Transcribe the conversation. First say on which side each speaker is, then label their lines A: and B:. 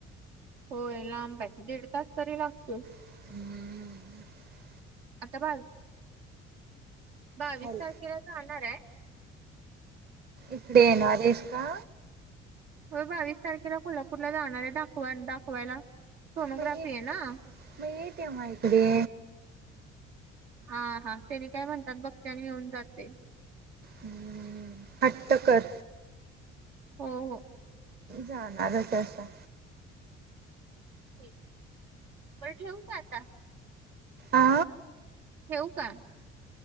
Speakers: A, on the right; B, on the right.
A: होय लांब आहे दीड तास तरी लागतोय.
B: हम्म.
A: आता बाल बावीस
B: हॅल
A: तारखेला जाणार आहे.
B: इकडे ये न र एसका.
A: हो बावीस तारखेला कोल्हापूरला जाणार आहे दाखवा दाखवायला सोनोग्राफी
B: मग ये
A: आहे ना.
B: मग येतव्हा इकडे.
A: हा हा त्याने काय म्हणतात बघतनी येऊन जाते.
B: हम्म हट्ट कर.
A: हो.
B: जाणारच असा.
A: ठीक बर ठेवू का आता.
B: आ.
A: ठेऊ का